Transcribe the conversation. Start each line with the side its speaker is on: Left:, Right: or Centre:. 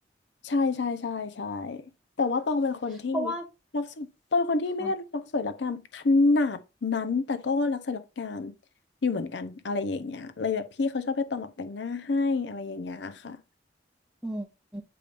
Left: ใช่ใช่ใช่ใช่แต่ว่าตองเป็นคนที่
Centre: เพราะว่า
Left: รักสวยตองเป็นคนที่ไม่ได้รักสวยรักงามขนาดนั้นแต่ก็รักสวยรักงาม
Centre: ค่ะ
Left: อยู่เหมือนกันอะไรอย่างเงี้ยเลยแบบพี่เขาชอบให้ตองแบบแต่งหน้าให้อะไรอย่างเงี้ยค่ะ
Centre: อืมอื